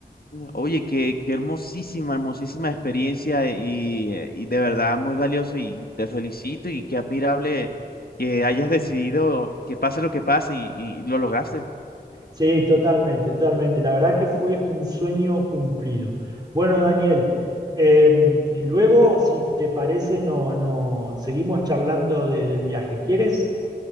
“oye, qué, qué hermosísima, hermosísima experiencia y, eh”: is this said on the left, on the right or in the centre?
Left